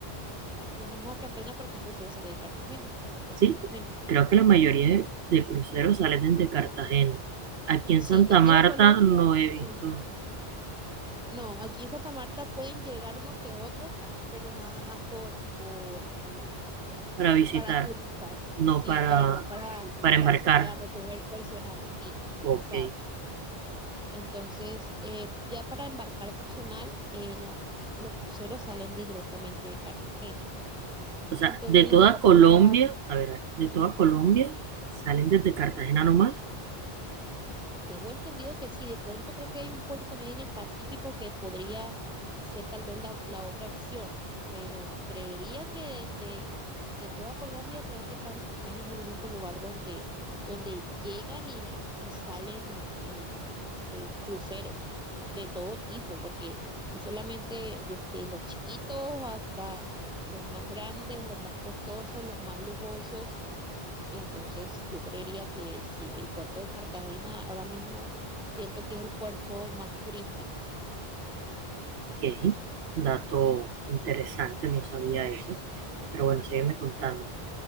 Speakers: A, in the centre; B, on the right.
A: Viajamos a Cartagena porque el crucero sale de Cartagena, del puerto de
B: Sí,
A: Cartagena.
B: creo que la mayoría de, de cruceros salen desde Cartagena. Aquí en
A: Sí,
B: Santa
A: de aquí
B: Marta
A: de Colombia,
B: no he visto
A: sí. No, aquí en Santa Marta pueden llegar unos que otros, pero nada más por, por, eh,
B: para visitar,
A: para turistas,
B: no
A: sí,
B: para,
A: pero no para,
B: para
A: para,
B: embarcar.
A: para recoger personal, sí,
B: Ok.
A: exacto. Entonces, eh, ya para embarcar personal, eh, la- los cruceros salen directamente de Cartagena.
B: O sea,
A: Entonces
B: de toda
A: nos tocó trasladar,
B: Colombia, a ver, de toda Colombia salen desde Cartagena nomás.
A: Tengo entendido que sí, de pronto creo que hay un puerto también en el Pacífico que podría ser tal vez la, la otra opción, pero creería que de, de, de toda Colombia creo que Cartagena es el único lugar donde, donde llegan y, y salen em, em, cruceros de todo tipo, porque no solamente desde los chiquitos hasta los más grandes, los más costosos, los más lujosos entonces, yo creería que sí, el puerto de Cartagena ahora mismo siento que es el puerto más turístico.
B: Ok. Dato interesante, no sabía eso. Pero bueno, sígueme contando.